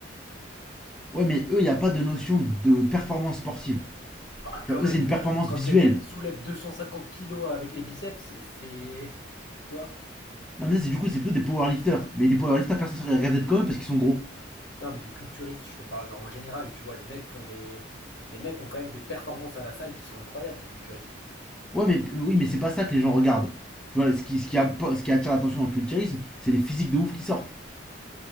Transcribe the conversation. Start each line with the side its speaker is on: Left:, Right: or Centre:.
Centre: Ouais, mais eux, il n'y a pas de notion de performance sportive.
Left: Bah
Centre: Tu
Left: quand
Centre: vois,
Left: même,
Centre: eux, c'est une
Left: euh,
Centre: performance
Left: quand
Centre: visuelle.
Left: les mecs soulèvent 250 kilos avec les biceps, c'est, tu vois.
Centre: Non, mais ça, c'est du coup, c'est plutôt des powerlifters. Mais des powerlifters, personne ne serait rêvé d'être comme eux parce qu'ils sont gros.
Left: Non, mais les culturistes, je te parle genre en général, tu vois, les mecs font des, les mecs ont quand même des performances à la salle qui sont incroyables, les culturistes.
Centre: Ouais, mais oui, mais c'est pas ça que les gens regardent. Tu vois, ce qui, ce qui, a- ce qui attire l'attention dans le culturisme, c'est les physiques de ouf qui sortent.